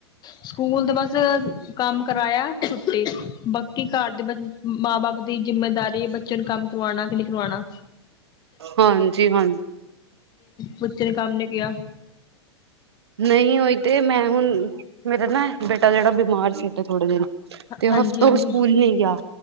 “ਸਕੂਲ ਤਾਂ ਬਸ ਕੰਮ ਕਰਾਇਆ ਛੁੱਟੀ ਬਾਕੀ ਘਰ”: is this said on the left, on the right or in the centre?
Left